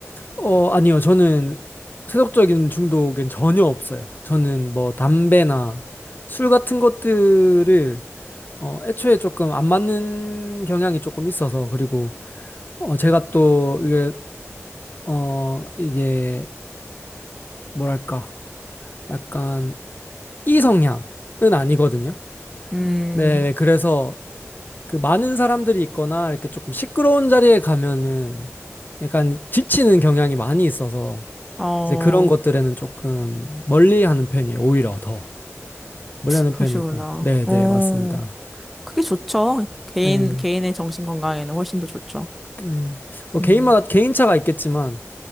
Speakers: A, on the left; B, in the centre.
A: 어, 아니요. 저는 세속적인 중독엔 전혀 없어요. 저는 뭐, 담배나 술 같은 것들을 어, 애초에 조금 안 맞는 경향이 조금 있어서, 그리고, 어, 제가 또, 이게, 어, 이게 뭐랄까, 약간 이성향은 아니거든요.
B: 음,
A: 네, 네, 그래서 그 많은 사람들이 있거나 이렇게 조금 시끄러운 자리에 가면은 약간 지치는 경향이 많이 있어서
B: 어,
A: 이제 그런 것들에는 조금 멀리하는 편이에요. 오히려 더 멀리하는
B: 그러시구나.
A: 편이고, 네,
B: 어,
A: 네, 맞습니다.
B: 그게 좋죠. 개인,
A: 네,
B: 개인의 정신 건강에는 훨씬 더 좋죠.
A: 네, 뭐 개인마다
B: 음.
A: 개인차가 있겠지만